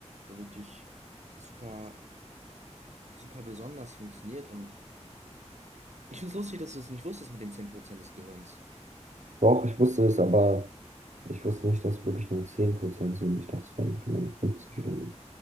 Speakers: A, on the right (about 70°); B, on the right (about 85°).
A: der wirklich super, super besonders funktioniert. Und ich finde es lustig, dass du es nicht wusstest mit den 10% des Gehirns.
B: Doch, ich wusste es, aber ich wusste nicht, dass es wirklich nur 10% sind. Ich dachte, es wären genau 50 oder so.